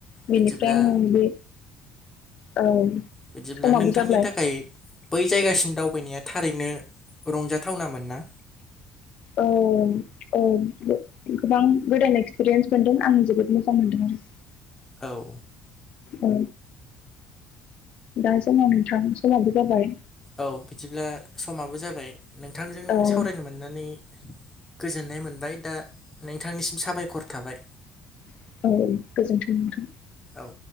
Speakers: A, on the left (about 55°); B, on the left (about 15°).
A: बेनिफ्राय
B: बिदिब्ला
A: आं बे औ
B: बिदिब्ला
A: समाबो
B: नोंथांनि
A: जाबाय
B: थाखाय बै जायगासिम दावबायनाया थारैनो रंजाथावनामोन ना
A: औ औ गोबां गोदान एक्सपिरियेन्स मोनदों आं जोबोद मोजां मोनदों आरो
B: औ
A: औ दा जोङो नोंथां समाबो जाबाय
B: औ बिदिब्ला समाबो जाबाय नोंथांजों
A: औ
B: सावरायनो मोननानै गोजोननाय मोनबाय दा नोंथांनिसि साबायखर थाबाय
A: औ गोजोन्थों नोंथां
B: औ